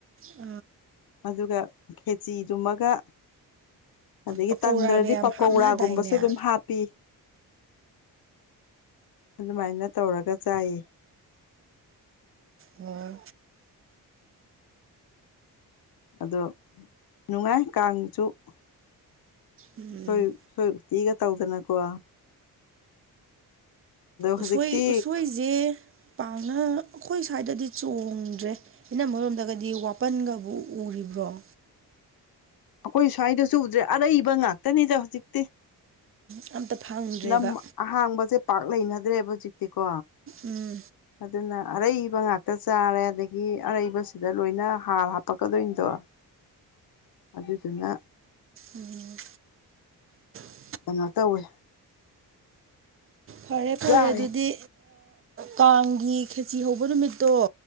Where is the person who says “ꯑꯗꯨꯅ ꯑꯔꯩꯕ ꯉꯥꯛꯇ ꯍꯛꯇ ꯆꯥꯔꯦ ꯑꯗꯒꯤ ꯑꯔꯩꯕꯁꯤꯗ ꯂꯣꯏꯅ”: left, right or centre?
Left